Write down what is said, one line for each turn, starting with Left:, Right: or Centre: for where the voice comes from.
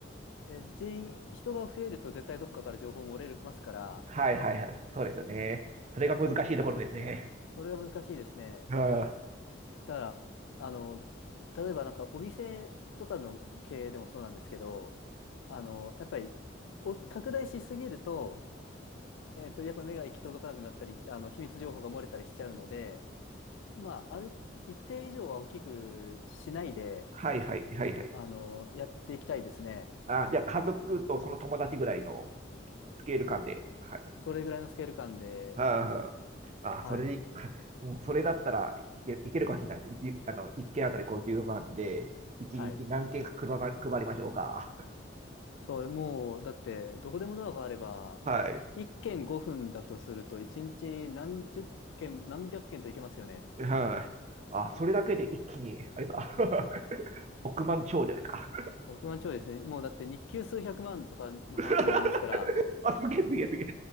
Left: で、人、人が増えると絶対どっかから情報漏れますから、
Right: はいはいはいはいはい。そうですよね。それが難しいところですね。
Left: それは難しいですね。
Right: あ
Left: だから、あの、例えばなんかお店とかの経営でもそうなんですけど、あの、やっぱり、お拡大しすぎると、えっと、やっぱ目が行き届かなくなったり、あの、秘密情報が漏れたりしちゃうので、まあ、ある、一定以上は大きくしないで、
Right: はいはいはいはい。はいはいはいはいんはいはいはいはい
Left: あの、やっていきたいですね。
Right: あ、じゃあ家族とその友達ぐらいのスケール感で。はい。
Left: それぐらいのスケール感で、
Right: ああ、
Left: はい、
Right: それに、<laughs> うんそれだったらいけ、いけるかもしれないです。じゅあの、1件あたり50万で、1日何件配ら配りましょうか。
Left: はい。そう、もう、だって、どこでもドアがあれば、
Right: はい。
Left: 1軒5分だとすると、1日何十件、何百件といけますよね。
Right: はい。あ、それだけで一気に、あれか、<laughs> 億万長者ですか。
Left: 億万長者ですね。もうだって日給数百万とかの話になりますから、
Right: <laughs> あ、すげえすげえすげえ。